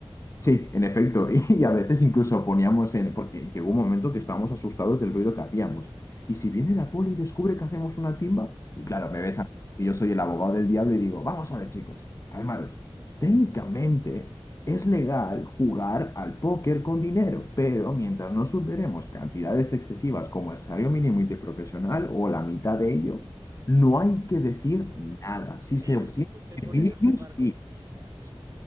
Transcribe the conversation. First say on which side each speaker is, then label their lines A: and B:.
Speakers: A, on the left; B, on the right.
A: Sí, en efecto. <laughs> Y a veces incluso poníamos en... Porque llegó un momento que estábamos asustados del ruido que hacíamos. Y si viene la poli y descubre que hacemos una timba... Y claro, me ves a... y Yo soy el abogado del diablo y digo, vamos a ver, chicos, calmaros. Técnicamente es legal jugar al póker con dinero, pero mientras no superemos cantidades excesivas como el salario mínimo interprofesional o la mitad de ello, no hay que decir nada. Si
B: Pero
A: se obtiene
B: si tú te pones
A: beneficios,
B: a jugar con
A: sí.
B: fichas